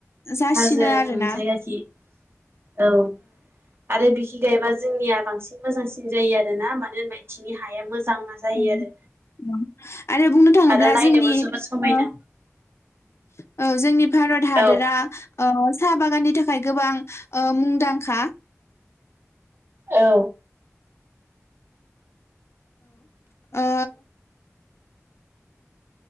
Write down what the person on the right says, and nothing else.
हाजो ओं
जायगाखि औ आरो थिंजायबा जोंनिया बांसिन मोजांसिन जायो आरो ना मानो होनबा बेथिंनि हाया मोजां जायो
आरो
आरो नायनोबो
जोबोद समायना
औ
औ